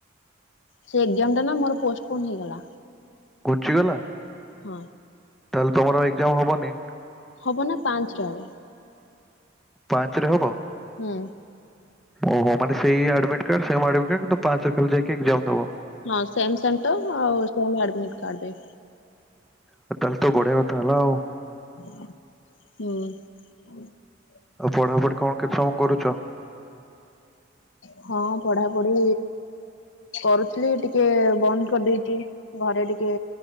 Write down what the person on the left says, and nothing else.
ସେ ଏକ୍ସାମ୍ ଟା ନା ମୋର ପୋଷ୍ଟପଣ୍ଡ ହେଇଗଲା।
ହଁ।
ହବ ନା ପାଞ୍ଚ ରେ ହବ।
ହୁଁ
ହଁ ସେମ୍ ସେଣ୍ଟର ଆଉ ସେମ ଆଡମିଟ୍ କାର୍ଡ ବି।
ହୁଁ।
ହଁ ପଢାପୁଢି କରୁଥିଲି ଟି କେ ବନ୍ଦ କରିଦେଇଚି ଘରେ ଟିକେ